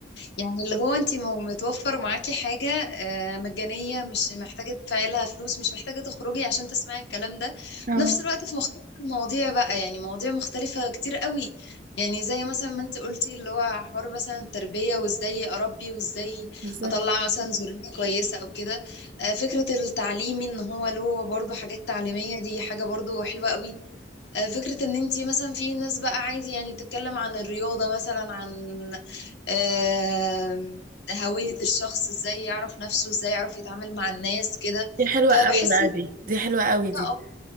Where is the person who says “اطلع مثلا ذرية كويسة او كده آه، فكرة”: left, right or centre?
Left